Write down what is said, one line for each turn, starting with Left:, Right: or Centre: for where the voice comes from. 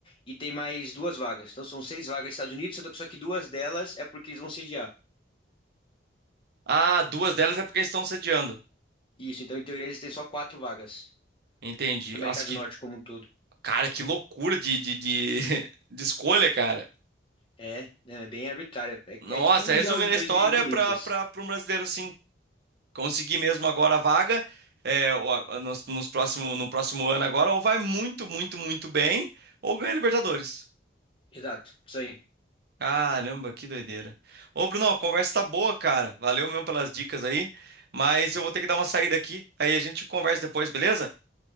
Left: e tem mais duas vagas. Então são seis vagas nos Estados Unidos, sendo que só que duas delas é porque eles vão sediar.
Right: Ah, duas delas é porque eles estão sediando.
Left: Isso, então em teoria eles têm só quatro vagas.
Right: Entendi.
Left: América
Right: Nossa,
Left: do
Right: que.
Left: Norte como um todo.
Right: Cara, que loucura de, de, de, <laughs> de escolha, cara.
Left: É, né, é bem arbitrário. É,
Right: Nossa,
Left: é tipo o Mundial
Right: resumindo
Left: de 2000
Right: a história
Left: do Corinthians.
Right: para para um brasileiro assim. Conseguir mesmo agora a vaga é, o- a- nos, nos próximo, no próximo ano agora, ou vai muito, muito, muito bem, ou ganha Libertadores.
Left: Exato, isso aí.
Right: Caramba, que doideira. Ô, Bruno, a conversa tá boa, cara. Valeu mesmo pelas dicas aí, mas eu vou ter que dar uma saída aqui. Aí a gente conversa depois, beleza?